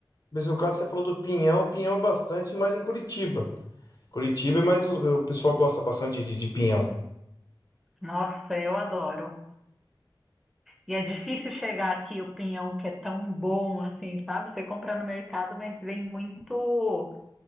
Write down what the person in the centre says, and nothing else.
Nossa, eu adoro. E é difícil chegar aqui o pinhão que é tão bom assim, sabe? Você compra no mercado, mas vem muito,